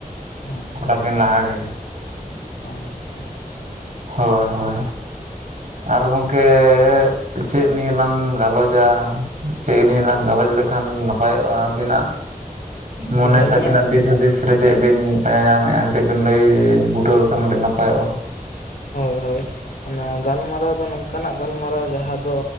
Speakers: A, on the left (about 70°); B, on the right (about 60°).
A: ᱦᱮᱸ
B: ᱜᱚᱴᱟ ᱞᱟᱦᱟ ᱜᱮ
A: ᱟᱪᱪᱷᱟ
B: ᱦᱳᱭ ᱦᱳᱭ ᱟᱨ ᱜᱚᱝᱠᱮ ᱪᱮᱫ ᱱᱤᱭᱮ ᱞᱟᱝ ᱜᱟᱞᱚᱪᱟ ᱪᱮᱫ ᱱᱤᱭᱟᱹ ᱞᱟᱝ ᱜᱟᱞᱚᱪ ᱞᱮᱠᱷᱟᱱ ᱱᱟᱯᱟᱭᱚᱜᱼᱟ ᱟᱹᱵᱤᱱᱟᱜ᱾ ᱢᱚᱱᱮ
A: ᱟᱹᱞᱤᱧᱟᱜ
B: ᱥᱟᱵᱤᱱᱟ ᱫᱤᱥ ᱦᱚᱫᱤᱥ ᱪᱮᱫ ᱵᱤᱱ ᱯᱟᱸᱡᱟ ᱧᱟᱢ ᱮᱜᱼᱟ ᱠᱟᱹᱴᱤᱡ ᱵᱤᱱ ᱞᱟᱹᱭ ᱵᱩᱴᱟᱹᱣ ᱞᱮᱠᱷᱟᱱ ᱠᱟᱹᱴᱤᱡ ᱱᱟᱯᱟᱭᱚᱜᱼᱟ᱾
A: ᱦᱳᱭ ᱦᱳᱭ᱾ ᱚᱱᱮ ᱜᱟᱞᱢᱟᱨᱟᱣ ᱫᱚ ᱱᱚᱝᱠᱟᱱᱟᱜ ᱜᱟᱞᱢᱟᱨᱟᱣ ᱡᱟᱦᱟᱸ ᱫᱚ